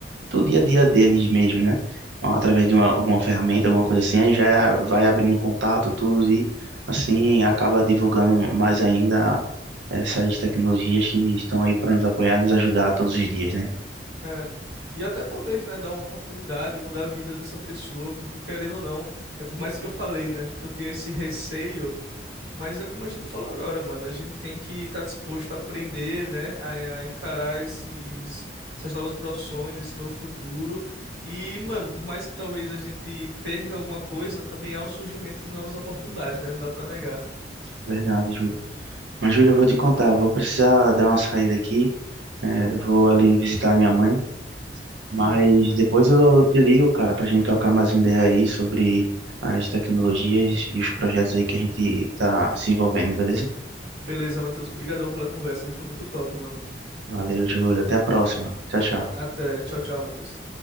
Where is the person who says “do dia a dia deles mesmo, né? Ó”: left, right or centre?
Right